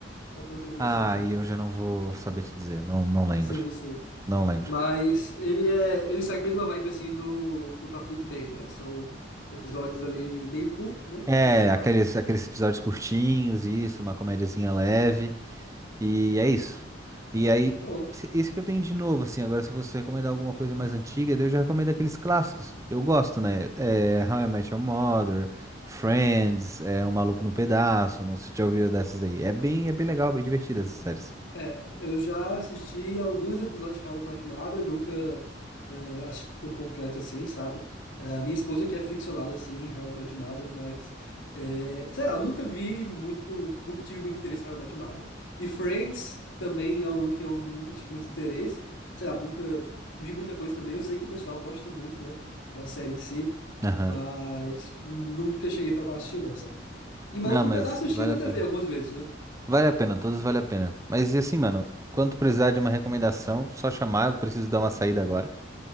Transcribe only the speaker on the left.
Só pra eu ter uma noçãozinha.
Sim, sim.
Mas ele é, ele segue a mesma vibe assim do, do próprio Big Bang, né? São episódios ali meio curto, né?
No geral.
Pronto.
É, eu já assisti alguns episódios de How I Met Your Mother, nunca eh, assisti por completo assim, sabe? Eh, minha esposa que é ficcionada assim, em How I Met Your Mother, mas eh, sei lá, eu nunca vi muito, nunca tive muito interesse em How I Met Your Mother. E Friends também é um que eu nunca tive muito interesse, sei lá, nunca vi muita coisa também. Eu sei que o pessoal gosta muito, né, da série em si,
mas nunca cheguei pra pra assistir não, sabe? E Maluco
no
Pedaço
eu assistia na
TV
algumas vezes, né?